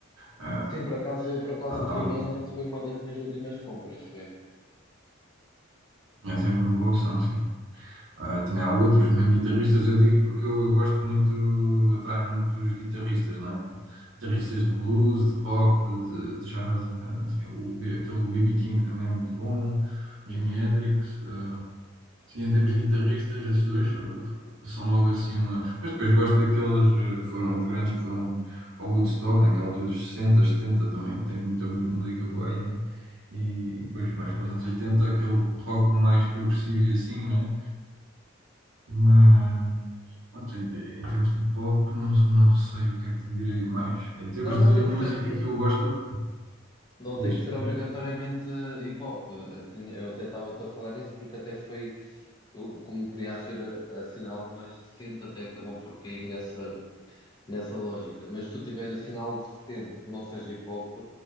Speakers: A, on the right; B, on the left.
A: ah,
B: Sim, por acaso, por acaso
A: lá estava
B: o Jimi Hendrix foi uma das minhas últimas compras, foi.
A: É sempre uma boa opção, sim. Ah, também há outros, mesmo guitarristas, eu digo porque eu, eu gosto muito, atrai muito os guitarristas, não é? Guitarristas de blues, de rock, de, de jazz, né? assim, o, B- aquele B.B. King também é muito bom, Jimi
B: Uhum.
A: Hendrix, eh, Sim, em termos de guitarristas, esses dois uh, f- são logo assim uma. Mas depois gosto daqueles uh, que foram os grandes que foram ao Woodstock, naquela altura dos 60, 70 também. Tens muita mu- música boa aí, né? E depois, mais para os anos 80, aquele rock mais progressivo e assim, né? Mas, pronto, em, em termos de hip hop, não, não sei o que é que te direi mais. Em termos
B: Não, não
A: de
B: tem
A: música
B: que ser, não,
A: que eu gosto, não-
B: não
A: diz,
B: tem que ser obrigatoriamente
A: diz.
B: hip hop. Eu, tinha- eu até estava-te a falar nisso porque até foi, eu, como queria ser assim algo mais recente, até acabou por cair nessa, nessa lógica. Mas se tu tiveres assim algo recente que não seja hip hop,